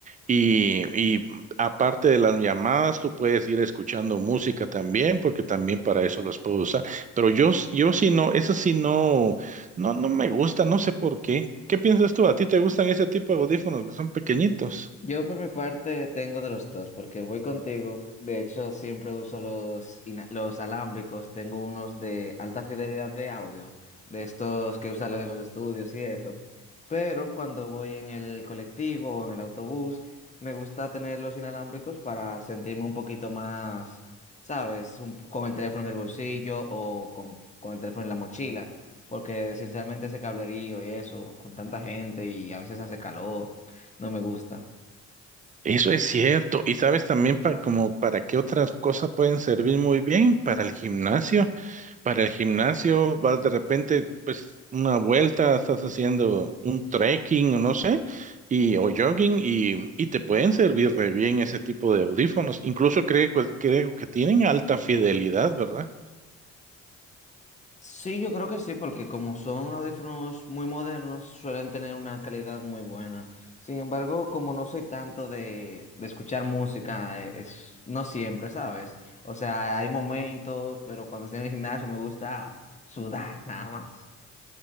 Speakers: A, on the right; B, on the left.
A: y, y aparte de las llamadas, tú puedes ir escuchando música también, porque también para eso las puedo usar. Pero yo, s- yo sí no, eso sí no, no, no me gusta, no sé por qué. ¿Qué piensas tú? ¿A ti te gustan ese tipo de audífonos que son pequeñitos?
B: Yo por mi parte tengo de los dos, porque voy contigo. De hecho, siempre uso los, ina- los alámbricos. Tengo unos de alta fidelidad de audio, de estos que usan en los estudios y eso. Pero cuando voy en el colectivo o en el autobús, me gusta tener los inalámbricos para sentirme un poquito más, ¿sabes? Un- con el teléfono en el bolsillo o con, con el teléfono en la mochila. Porque sinceramente ese cablerío y eso, con tanta gente y a veces hace calor, no me gusta.
A: Eso es cierto. ¿Y sabes también pa- como para qué otras cosas pueden servir muy bien? Para el gimnasio. Para el gimnasio, vas de repente, pues una vuelta, estás haciendo un trekking, o no sé, y, o jogging, y, y te pueden servir re bien ese tipo de audífonos. Incluso creo, que- creo que tienen alta fidelidad, ¿verdad?
B: Sí, yo creo que sí, porque como son audífonos muy modernos, suelen tener una calidad muy buena. Sin embargo, como no soy tanto de, de escuchar música, eh, es, no siempre, ¿sabes? O sea, hay momentos, pero cuando estoy en el gimnasio me gusta sudar, nada más.